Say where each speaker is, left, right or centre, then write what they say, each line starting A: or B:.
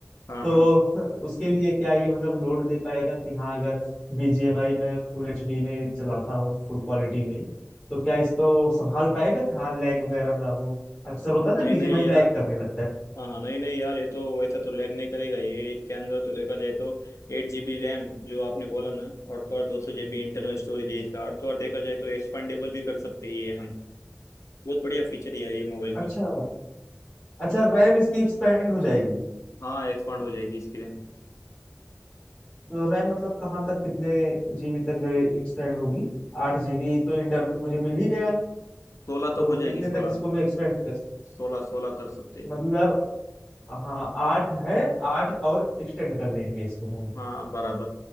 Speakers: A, on the left; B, on the left.
A: हाँ
B: तो
A: हाँ
B: <laughs> उसके लिए क्या ये मतलब लोड ले पाएगा कि हाँ अगर बीजीएमआई में फुल एचडी में चलाता हूँ फुल क्वालिटी में तो क्या इसको संभाल पाएगा कि हाँ लैग वगैरह ना हो अक्सर होता है ना
A: नहीं
B: बीजीएमआई
A: नहीं यार
B: लैग करने लगता है
A: हाँ हाँ नहीं नहीं यार ये तो ऐसा तो लैग नहीं करेगा ये इसके अंदर तो देखा जाए तो एट जी बी रैम जो आपने बोला ना और तो और दो सौ जी बी इंटरनल स्टोरेज है इसका और तो और देखा जाए तो एक्सपेंडेबल भी कर सकते हैं ये हम बहुत बढ़िया फीचर है यार ये मोबाइल
B: अच्छा
A: की
B: अच्छा रैम इसकी एक्सपेंड हो जाएगी
A: हाँ एक्सपांड हो जाएगी इसकी रैम
B: तो रैम मतलब कहाँ तक कितने जीबी तक एक्सपेंड होगी आठ जीबी तो इंटर मुझे मिल ही गया
A: सोलह
B: तो
A: तक हो जाएगी
B: कितने
A: सोलह
B: तक इसको मैं एक्सपेंड कर
A: सोलह सोलह कर सकते
B: मतलब हाँ आठ है आठ और एक्सटेंड कर लेंगे इसको हम
A: हाँ बराबर